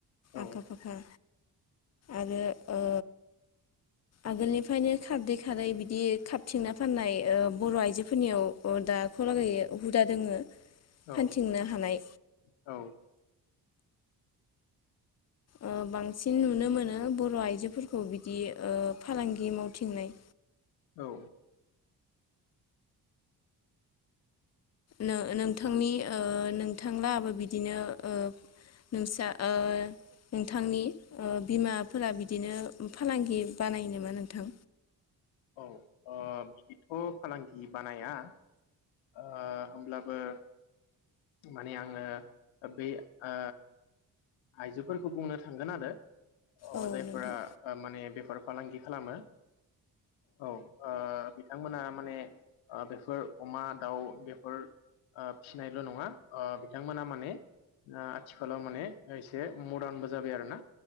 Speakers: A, on the left (about 75°); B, on the left (about 35°).
A: औ
B: आखा फाखा। आरो ओ आगोलनिफ्रायनो खारदै खारैबिदि खारथिंना फाननाय ओ बर' आइजोफोरनियाव ओ दाख लागै हुदा दोङो।
A: औ
B: फानथिंनो हानाय
A: <inaudible> औ।
B: ओ बांसिन नुनो मोनो बर' आइजोफोरखौ बिदि ओ फालांगि मावथिंनाय।
A: औ।
B: नो- नोंथांनि ओ नोंथां लाहाबो बिदिनो ओ नोंस्रा ओ नोंथांनि ओ बिमाफोरा बिदिनो फालांगि बानायो नामा नोंथां?
A: औ ओ बिदिथ' फालांगि बानाया, ओ होमब्लाबो माने आङो बै ओ आइजोफोरखौ बुंनो थांगोन आरो। ओ
B: औ
A: जायफोरा
B: नोंथां
A: माने बेफार फालांगि खालामो। औ ओ। बिथांमोना माने ओ बेफोर अमा, दाउ बेफोर ओ फिसिनायल' नङा ओ बिथांमोना माने ओ आथिखालाव माने एसे मदार्नबो जाबाय आरो ना।